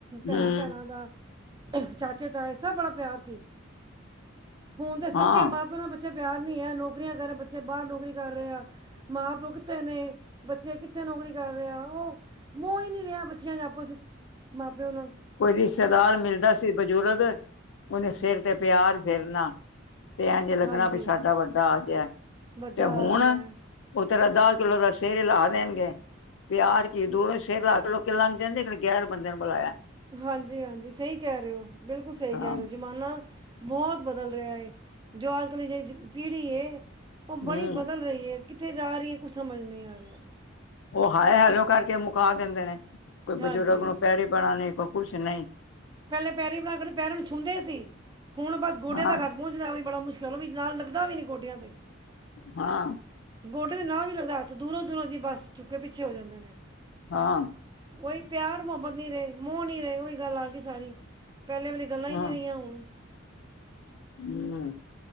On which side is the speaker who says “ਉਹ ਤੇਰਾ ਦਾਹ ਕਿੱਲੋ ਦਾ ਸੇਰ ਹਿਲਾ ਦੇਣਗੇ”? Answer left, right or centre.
Left